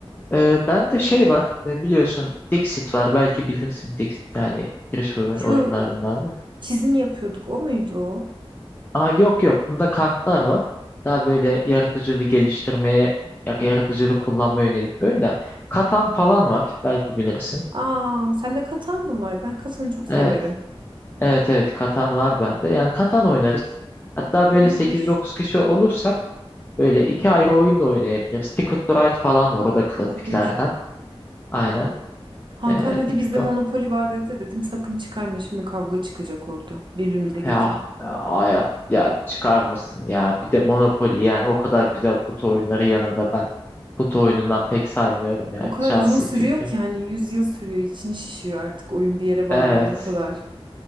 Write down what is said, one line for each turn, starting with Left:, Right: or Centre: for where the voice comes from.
Left: e, bende şey var e, biliyorsun Dixit var belki bilirsin Dixit hani giriş oyun
Right: Şu
Left: oyunlarından.
Right: çizim yapıyorduk o muydu o?
Left: Aa, yok yok bunda kartlar var. Daha böyle yaratıcılığı geliştirmeye, ya- yaratıcılığı kullanmaya yönelik bir oyun da. Katan falan var belki bilirsin.
Right: Aa sende katan mı var? Ben katanı çok severim.
Left: Evet evet evet Katan var bende. Yani Katan oynarız. Hatta
Right: Olur.
Left: böyle sekiz dokuz kişi olursak böyle iki ayrı oyun da oynayabiliriz. Ticket to Ride falan var o da klasiklerden.
Right: Olur.
Left: Aynen.
Right: Hakan
Left: Ee,
Right: dedi
Left: iki,
Right: bizde monopoli var dedi de dedim sakın çıkarma şimdi kavga çıkacak orada. Birbirimize gireceğiz.
Left: Ya e, hayat ya çıkar mısın ya bir de Monopoly yani o kadar güzel kutu oyunları yanında ben kutu oyunundan pek saymıyorum ya
Right: O kadar
Left: şahsi
Right: uzun sürüyor
Left: fikrim.
Right: ki hani 100 yıl sürüyor için şişiyor artık oyun bir yere bağlanana
Left: Evet
Right: kadar.